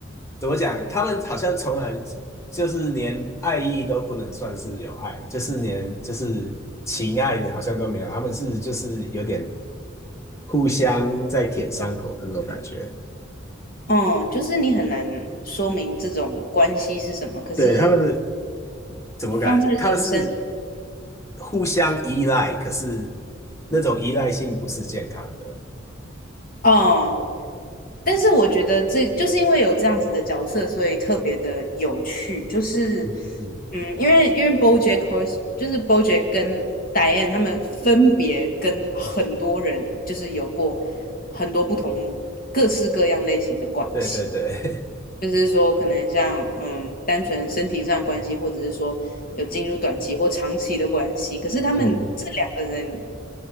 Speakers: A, on the left; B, on the left.
A: 怎么讲？他们好像从来就是连爱意都不能算是有爱，就是连就是情爱的好像都没有，他们是就是有点互相在舔伤口的那种感觉。
B: 嗯，就是你很难说明这种关系是什么，可是
A: 对，他们的怎么感？
B: 放在人生
A: 他们是互相依赖，可是那种依赖性不是健康的。
B: 哦，嗯但是我觉得这就是因为有这样子的角色，所以特别的有趣。就是，
A: 嗯嗯，
B: 嗯，因为因为 BoJack Horse 就是 BoJack 跟 Diane 他们分别跟很多人就是有过很多不同各式各样类型的关系。
A: 对对对，
B: 就是说，可能像嗯，单纯身体上的关系，或者是说有进入短期或长期的关系。可是他们这两个人
A: <laughs> 嗯，